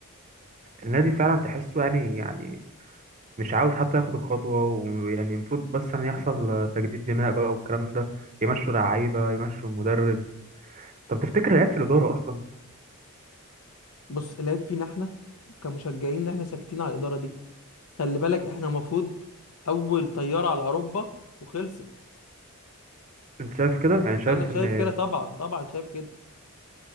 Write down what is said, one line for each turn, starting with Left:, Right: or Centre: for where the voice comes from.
Right: النادي فعلا تحسه يعني يعني مش عاوز حتى ياخد الخطوه ويعني المفروض بس ان يحصل تجديد دماء بقى والكلام ده يمشوا لعيبه يمشوا مدرب طب تفتكر العيب في الاداره اصلا
Left: بص العيب فينا احنا كمشجعين ان احنا ساكتين على الاداره دي خلي بالك احنا المفروض اول طياره على اوروبا وخلصت
Right: انت شايف كده يعني شايف
Left: انا شايف
Right: ان
Left: كده طبعا طبعا شايف كده